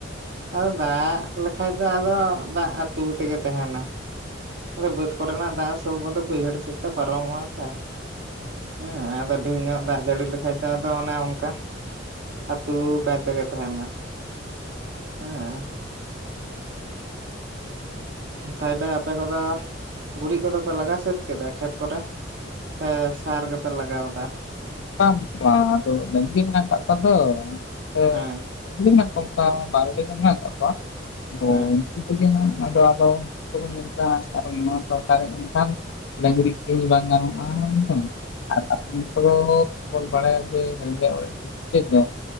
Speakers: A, on the right; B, on the left.
A: ᱟᱨ ᱫᱟᱜ ᱞᱮᱠᱷᱟᱡ ᱫᱚ ᱟᱫᱚ ᱫᱟᱜ ᱟᱹᱛᱩ ᱛᱮᱜᱮ ᱛᱟᱦᱮᱸᱱᱟ᱾ ᱟᱫᱚ ᱵᱟᱹᱫᱽ ᱠᱚᱨᱮᱱᱟᱜ ᱫᱟᱜ ᱥᱚᱵ ᱠᱚᱫᱚ ᱵᱟᱹᱭᱦᱟᱹᱲ ᱥᱮᱫ ᱛᱮ ᱯᱟᱨᱚᱢᱚᱜᱼᱟ ᱥᱮ᱾ ᱦᱮᱸ ᱟᱫᱚ ᱰᱷᱮᱨ ᱧᱚᱜ ᱫᱟᱜ ᱡᱟᱹᱲᱤ ᱞᱮᱠᱟᱡ ᱫᱚ ᱟᱫᱚ ᱚᱱᱮ ᱚᱝᱠᱟ ᱟᱹᱛᱩ ᱠᱟ ᱛᱮᱜᱮ ᱛᱟᱦᱮᱸᱱᱟ ᱦᱮᱸ᱾ ᱛᱟᱦᱞᱮ ᱟᱯᱮ ᱠᱚᱫᱚ ᱜᱩᱨᱤᱡ ᱠᱚᱫᱚ ᱯᱮ ᱞᱟᱜᱟ ᱥᱟᱹᱛ ᱠᱮᱫᱟ ᱠᱷᱮᱛ ᱠᱚᱨᱮ? ᱥᱮ ᱥᱟᱨ ᱜᱮᱯᱮ ᱞᱟᱜᱟᱣᱫᱟ?
B: ᱵᱟᱝ ᱵᱟᱝ ᱟᱫᱚ ᱰᱟᱝᱨᱤ ᱢᱮᱱᱟᱜ ᱠᱟᱜ ᱠᱚᱣᱟ ᱛᱚ
A: ᱦᱮᱸ
B: ᱟᱫᱚ ᱵᱟᱝᱨᱤ ᱢᱮᱱᱟᱜ ᱠᱚ ᱟᱝᱠᱟ ᱰᱟᱝᱨᱤ ᱠᱚ ᱢᱮᱱᱟᱜ ᱠᱟᱜ ᱠᱚᱣᱟ᱾ ᱟᱫᱚ
A: ᱦᱮᱸ
B: ᱩᱱᱠᱩ ᱜᱮ ᱱᱟᱦᱟᱜ ᱟᱫᱚ ᱟᱵᱚ <unintelligible> ᱟᱨᱚ ᱱᱚᱣᱟ ᱥᱚᱨᱠᱟᱨᱮ ᱦᱮᱡ ᱮᱱᱠᱷᱟᱱ ᱰᱟᱝᱨᱤ ᱟᱠᱷᱨᱤᱧ ᱵᱟᱝ ᱜᱟᱱᱚᱜᱼᱟ ᱦᱮᱸᱥᱮ ᱟᱨ <unintelligible> ᱵᱚᱱ ᱵᱟᱲᱟᱭᱟ ᱡᱮ ᱨᱮᱸᱡᱮᱡ ᱚᱲᱮᱡ ᱛᱮᱫ ᱫᱚ